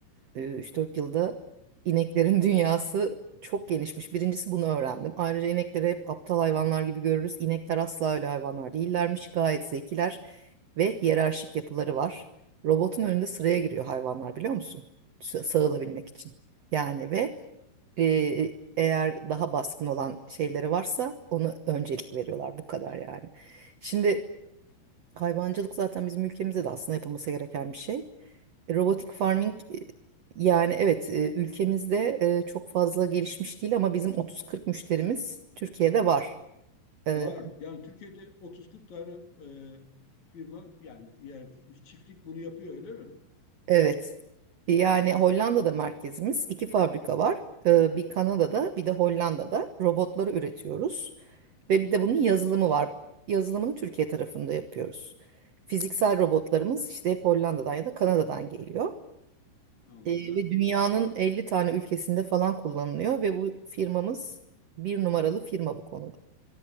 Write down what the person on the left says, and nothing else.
Var. Yani Türkiye'de 30-40 tane e, firma yani, yani çiftlik bunu yapıyor öyle mi?
Hı,
anladım.